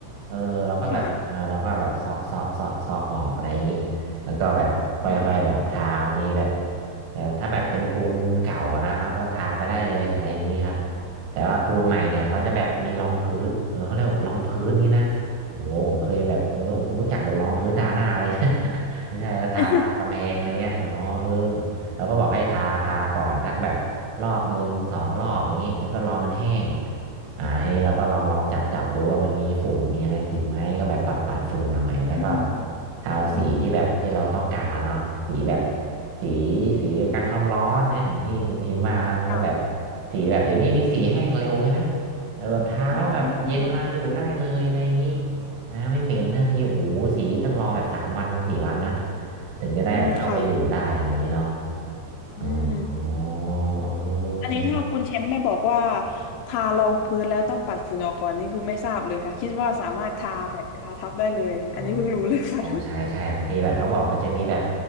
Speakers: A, on the right; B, on the left.
A: เออเราก็แบบอ่าเราก็แบบเสาะเสาะเสาะเสาะออกอะไรอย่างนี้
B: ค่ะ
A: แล้วก็แบบค่อยๆแบบทาบางทีแบบ
B: อืม
A: แต่ถ้าแบบเป็นปูนเก่าอะนะเนาะก็ทาไปได้เลยอะไรอย่างนี้ครับแต่ว่าปูนใหม่เนี่ยเขาจะแบบมีรองพื้นเออเขาเรียกว่ารองพื้นนี่นะโอ้โหผมเคยแบบเออผมเพิ่งรู้จักเป็นรองพื้นทาหน้าอะไร <laughs> ไม่ใช่ทาทากำแพงอะไรเงี้ยอ๋อเออ
B: <laughs>
A: แล้วก็บอกให้ทาทาก่อนสักแบบรอบหนึ่งสองรอบอย่างนี้แล้วก็รอมันแห้งอ่าทีนี้เราก็ลองลองจับจับดูว่ามันมีฝุ่นมีอะไรติดไหมก็แบบปัดปัดฝุ่นหน่อยแล้วก็
B: อืมอื
A: ทาสีที่แบบที่เราต้องการเนาะสีแบบ
B: ม
A: สีสีกันความร้อนนะอย่างที่คุณพิมพ์ว่านะแล้วก็แบบ
B: อืมค่ะ
A: สีแบบเดี๋ยวนี้มีสีแห้งเร็วใช่ไหมเออแบบทาแล้วแบบเย็นมาอยู่ได้เลยอะไรอย่างนี้
B: อ๋อเหรอคะ
A: นะไม่เหม็นนะทีโอ้โหสีต้องรอแบบสามวันสี่วันนะถึงจะได้แบบเข้าไปอยู่ได้อะไรอย่างนี้เนาะ
B: อืมค่ะอืม
A: อ๋อเออ
B: อันนี้ถ้าคุณแชมป์ไม่บอกว่าทารองพื้นแล้วต้องปัดฝุ่นออกก่อนนี่คือไม่ทราบเลยค่ะคิดว่าสามารถทาแบบทาทับได้เลยอันนี้เพิ่งรู้เลยค่ะ
A: อ๋ออ๋อใช่ใช่บางทีแบบเขาบอกมันจะมีแบบ